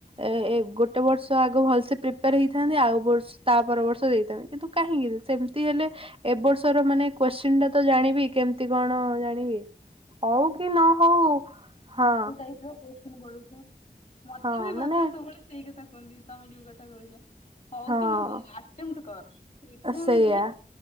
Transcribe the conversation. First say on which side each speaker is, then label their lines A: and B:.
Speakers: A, on the right; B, on the left.
A: ଏ ଏ ଗୋଟେ ବର୍ଷ ଆଗ ଭଲସେ ପ୍ରିପେୟାର ହେଇଥାନ୍ତି। ଆଉ ବର୍ଷ ତା ପର ବର୍ଷ ଦେଇଥାନ୍ତି କିନ୍ତୁ କାହିଁକି ସେମିତି ହେଲେ ଏ ବର୍ଷର ମାନେ କୋଶ୍ଚିନ ଟା ତ ଜାଣିବି କେମିତି କଣ ଜାଣିବି। ହଉ କି ନ ହଉ ହଁ।
B: ଏବେ, ଏବେ। <unintelligible> ମତେ
A: ହଁ
B: ବି ବାପା
A: ମାନେ
B: ସବୁବେଳେ ସେଇ କଥା କୁହନ୍ତି, ତମେ ଯୋଉ କଥା କହୁଛ। ହଉ
A: ହଁ
B: କି ନ ହଉ ଆଣ୍ଟେମଣ୍ଟେ କର ଏଗଜାମ
A: ସେଇଆ
B: ଦେ